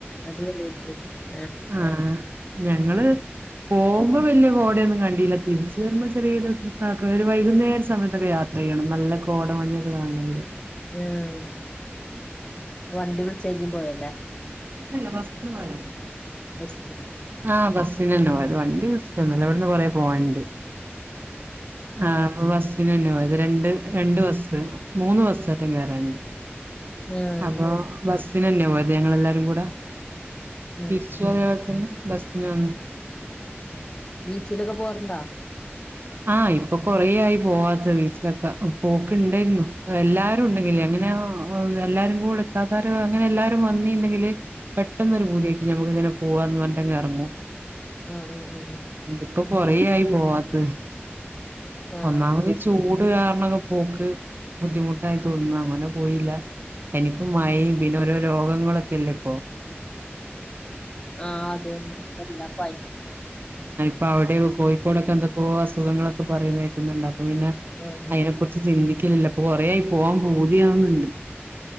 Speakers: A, on the left; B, on the right.
A: അടിപൊളിയായിരുന്നു <unintelligible>
B: ആഹ് ഞങ്ങള് പോവ്മ്പോ വല്യ കോടയൊന്നും കണ്ടിയില്ല തിരിച്ചു വരുമ്പോ ചെറിയ ഒരു വൈകുന്നേര സമയത്തൊക്കെ യാത്ര ചെയ്യണം നല്ല കോട മഞ്ഞൊക്കെ കാണണെങ്കിൽ
A: ഉം വണ്ടി വിളിച്ചാരിക്കും പോയലെ
B: അല്ലല്ല ബസ്ന് പോയത്
A: ബസ്ന്
B: ആഹ് ബസിനന്നെ പോയത് വണ്ടി വിളിച്ചിട്ടോന്നുല്ല ഇവ്ട്ന്ന് കൊറേ പോവാന്ണ്ട് ആഹ് അപ്പൊ ബസ് അയിനന്നെ പോയത് രണ്ട് രണ്ട് ബസ് മൂന്ന് ബസേറ്റെ കേറാണ്ട്
A: ആഹ്
B: അപ്പൊ ബസ് സിന് തന്നെയാ പോയത് ഞങ്ങൾ എല്ലാരും കൂടെ
A: ഉം ഉം
B: തിരിച്ചും അതെ പോലെതന്നെ ബസ്ന് വന്നു
A: ബീച്ചിലൊക്കെ പോവാർണ്ടാ
B: ആ ഇപ്പൊ കൊറേ ആയി പോവാത്ത് ബീച്ചിലൊക്കെ പോക്കുണ്ടായ്രുന്നു പ്പൊ എല്ലാ <unintelligible> ഉണ്ടെങ്കി എങ്ങനെയോ എല്ലാരും കൂടെ ഇത്താത്തരും അങ്ങനെ എല്ലാരും വന്നിണ്ടെങ്കില് പെട്ടന്ന് ഒരു പൂതി യാക്കി നമ്മക്ക് ഇങ്ങനെ പോവാന്ന് പറഞ്ട്ട് അങ്ങ് എറങ്ങും
A: ആഹ് ആഹ് ആഹ്
B: ഇപ്പൊ കൊറയായി ഓ അദ്
A: ആഹ്
B: ഒന്നാമതീ ചൂ റ് കാരണം പോക്ക് ബുദ്ധിമുട്ടായി തോന്നുന്ന അങ്ങനെ പോയില്ല എനിക്ക് മഴയും പിന്നെ ഓരോ രോഗങ്ങളൊക്കെല്ലേ ഇപ്പോ
A: ആഹ് അത് തന്നെ ഇപ്പം എല്ലാ പനിം
B: അപ്പ അവിടെ കോയിക്കോടൊക്കെ എന്തൊക്കെ അസ് അസുഖങ്ങളൊക്കെ പറയുന്ന കേക്ക്‌ന്ന്ണ്ടൊ അപ്പ പിന്നെ
A: ആഹ്
B: അയിനെ കുറിച്ച് ചിന്തി ക്കലില്ല കൊറെ ആയി പോവാൻ പൂതിയാവ്ന്ന്ണ്ട്